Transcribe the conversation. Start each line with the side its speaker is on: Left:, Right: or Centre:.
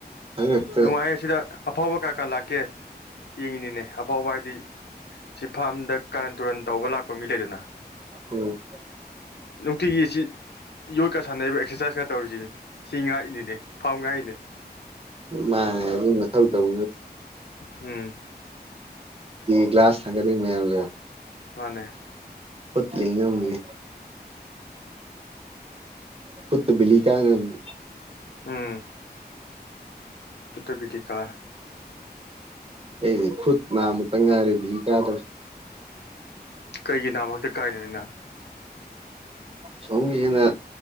Right: ꯈꯪꯉꯛꯇ
Left: ꯅꯨꯡꯉꯥꯏꯌꯦ ꯁꯤꯗ ꯑꯐꯥꯎꯕ ꯀꯌꯥ ꯀꯥ ꯂꯥꯛꯀꯦ ꯌꯦꯡꯉꯤꯅꯤꯅꯦ ꯑꯐꯥꯎꯕ ꯍꯥꯏꯗꯤ ꯁꯤ ꯐꯥꯝꯗ ꯀꯥꯔꯟ ꯇꯨꯔꯟ ꯇꯧꯕ ꯂꯥꯛꯄ ꯃꯤ ꯂꯩꯗꯅ
Right: ꯎꯝ
Left: ꯇꯁꯤ ꯌꯣꯠꯀ ꯁꯥꯟꯅꯩꯔꯤꯕ ꯑꯦꯛꯁꯔꯁꯥꯏꯁꯀ ꯇꯧꯔꯤꯁꯤꯅꯤ ꯁꯤ ꯉꯥꯛꯏꯅꯤꯅꯦ ꯐꯥꯝ ꯉꯥꯛꯏꯅꯦ
Right: ꯃꯥꯅꯦ ꯑꯗꯨꯝ ꯃꯊꯧ ꯇꯧ
Left: ꯎꯝ
Right: ꯀ꯭ꯂ꯭ꯂꯥꯁ ꯊꯪꯒꯅꯤ ꯃ ꯂꯩ
Left: ꯃꯅꯦ
Right: ꯐꯠꯂꯤꯦ ꯈꯨꯠꯇ ꯕꯤꯂꯤ ꯀꯌꯥꯅꯦ
Left: ꯎ ꯇꯕꯤꯤꯗꯤꯀꯥ
Right: ꯑꯩꯗꯤ ꯈꯨꯨꯠ ꯃꯥ ꯑꯃꯨꯛꯇꯪ ꯉꯥꯏꯔꯤꯦ ꯀꯥꯗꯧ
Left: ꯀꯩꯒꯤ ꯅꯥꯝꯃꯛꯇ ꯀꯥꯏꯅ ꯅꯪꯅ
Right: ꯁꯁꯤꯅ